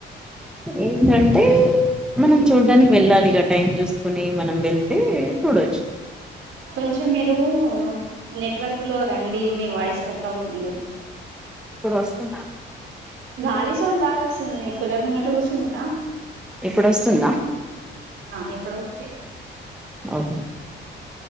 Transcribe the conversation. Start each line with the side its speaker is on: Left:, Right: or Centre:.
Centre: ఏంటం <unintelligible> మనం చూడ్డానికి వెళ్ళా ఈగ టైం చూసుకుని మనం వెల్ ఏం ఏ తోడచ్చ
Right: కొంచెం మీరు నెట్వర్క్ లో రండి మీ వాయిస్ కట్ అవుతుంది
Centre: ఇప్పుడు వస్తున్నా
Right: గాలి సాౌంగ్ బాగా వస్తుంది కులర్మంగంట కూర్చుని కదా
Centre: ఇప్పుడు వస్తుందా
Right: ఎప్పుడకే
Centre: ఓ